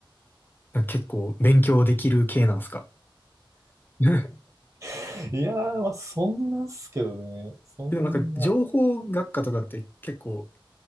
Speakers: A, on the left; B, on the right.
A: なんか結構勉強できる系なんすか <laughs>
B: <laughs> いやー、まあ、そんなっすけどね。そんな。
A: でもなんか情報学科とかって結構